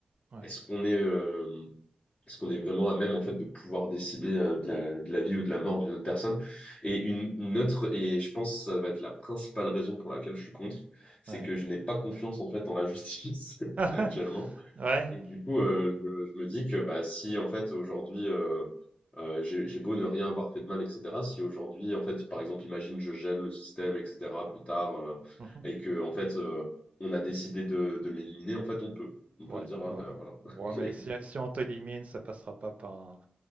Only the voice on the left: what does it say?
est-ce qu'on est, euh, est-ce qu'on est vraiment à même en fait de pouvoir décider euh, de la, de la vie ou de la mort d'une autre personne? Et une, une autre, et je pense que ça va être la principale raison pour laquelle je suis contre, c'est
que je n'ai pas confiance en fait en la justice <laughs>
actuellement.
Et du coup, euh, je, je me dis que bah, si en fait aujourd'hui euh, euh, j'ai j'ai beau ne rien avoir fait de mal, etc. Si aujourd'hui, en fait, par exemple, imagine je gêne le système, etc. plus tard, euh,
et que en fait euh, on a décidé de, de m'éliminer, en fait, on peut. On
peut se dire, ah
ben voilà.
<laughs>